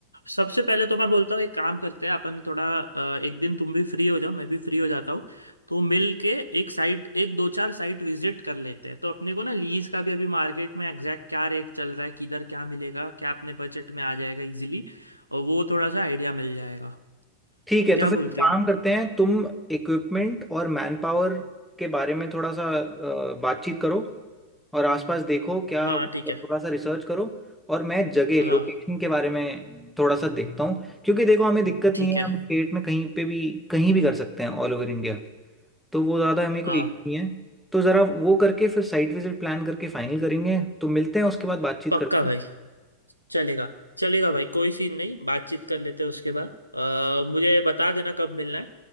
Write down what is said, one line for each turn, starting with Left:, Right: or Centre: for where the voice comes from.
Right: सबसे पहले तो मैं बोलता हूँ एक काम करते हैं अपन थोड़ा अ, एक दिन तुम भी फ्री हो जाओ मैं भी फ्री हो जाता हूँ तो मिल के एक साइट एक दो चार साइट विजिट कर लेते हैं तो अपने को ना लीज का भी अभी मार्केट में एग्जैक्ट क्या रेट चल रहा है किधर क्या मिलेगा क्या अपने बजट में आ जाएगा इजीली और वो थोड़ा सा आइडिया मिल जाएगा
Centre: ठीक है
Right: क्या
Centre: तो फिर
Right: बोलते
Centre: एक काम
Right: हो
Centre: करते हैं तुम इक्विपमेंट और मैन पावर के बारे में थोड़ा सा अ, बातचीत करो और आसपास देखो क्या
Right: हाँ
Centre: थोड़ा
Right: ठीक है
Centre: सा रिसर्च करो और मैं जगह
Right: हाँ
Centre: लोकेशन के बारे में थोड़ा सा देखता हूँ क्योंकि देखो हमें दिक्कत
Right: ठीक
Centre: नहीं है
Right: है
Centre: हम स्टेट में कहीं पे भी कहीं भी कर सकते हैं ऑल ओवर इंडिया तो वो ज़्यादा हमें कोई
Right: हाँ
Centre: issue नहीं है तो ज़रा वो करके फिर साइट विजिट प्लान करके फाइनल करेंगे तो मिलते हैं उसके बाद बातचीत
Right: पक्का
Centre: करते
Right: भाई
Centre: हैं
Right: चलेगा चलेगा भाई कोई सीन नहीं बातचीत कर लेते हैं उसके बाद अ, मुझे बता देना कब मिलना है